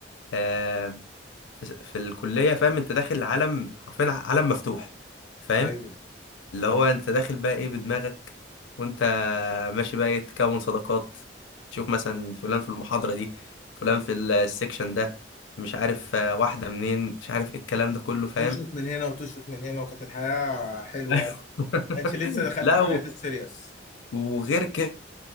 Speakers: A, on the left (about 85°); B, on the left (about 40°).
A: آه في, في الكليه فاهم انت داخل عالم حرفيا عالم مفتوح فاهم
B: ايوه
A: اللي هو انت داخل بقى ايه بدماغك وانت ماشي بقى ايه تكون صداقات تشوف مثلا فلان في المحاضره دي فلان في السكشن ده مش عارف آه، واحده منين مش عارف ايه الكلام ده كله فاهم
B: تشقط من هنا وتشقط من هنا وكانت الحياة حلوة
A: <laughs>
B: يعني كانش لسه دخلت
A: لا
B: في
A: و-
B: حياة السيريس
A: وغير كده